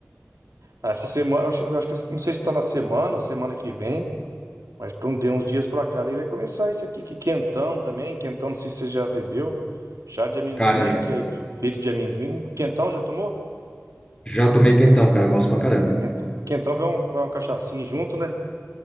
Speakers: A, on the right (about 80°); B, on the left (about 20°).
A: essa semana, eu acho, eu acho que não sei se tá na semana ou semana que vem. Mas para um, de uns dias para cá, daí vai começar isso aqui, que quentão também, quentão, não sei se você já bebeu, chá de amendoim,
B: Cara, já,
A: que é de- feito de amendoim. Quentão já tomou?
B: já tomei quentão, cara, gosto pra caramba.
A: Quentão. Quentão vai, um, vai uma cachaçinha junto, né?